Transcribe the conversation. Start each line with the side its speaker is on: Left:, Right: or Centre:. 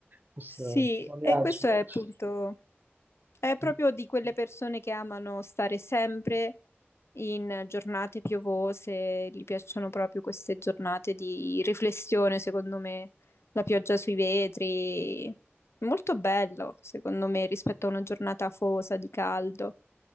Right: questo
Left: Sì,
Right: foliage
Left: e questo
Right: watching.
Left: è appunto, è proprio
Right: Mm.
Left: di quelle persone che amano stare sempre in giornate piovose, gli piacciono proprio queste giornate di riflessione, secondo me, la pioggia sui vetri, Molto bello, secondo me, rispetto a una giornata afosa di caldo,